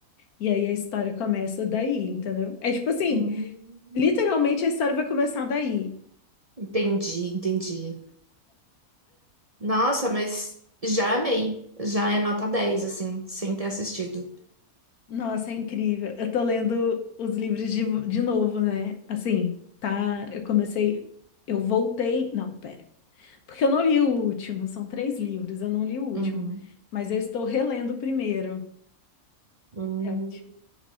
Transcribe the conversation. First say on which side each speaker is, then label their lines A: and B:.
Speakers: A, on the left (about 80°); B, on the right (about 35°).
A: E aí a história começa daí, entendeu? É tipo assim,
B: hum.
A: literalmente a história vai começar daí.
B: Entendi, entendi. Nossa, mas já amei. Já é nota 10 assim, sem ter assistido.
A: Nossa, é incrível. Eu tô lendo os livros de, de novo, né? Assim, tá? Eu comecei. Eu voltei. Não, pera. Porque eu não li o último. São três livros. Eu não li o último.
B: Uhum.
A: Mas eu estou relendo o primeiro.
B: Hum.
A: É ótimo.